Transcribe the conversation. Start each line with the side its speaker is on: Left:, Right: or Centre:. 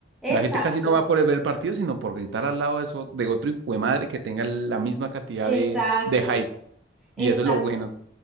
Right: La
Centre: Exacto,
Right: gente casi no va por el ver el partido, sino por gritar al lado de, eso, de otro hijo de madre que tenga la misma cantidad
Centre: exacto,
Right: de, de hype. Y
Centre: exacto.
Right: eso es lo bueno.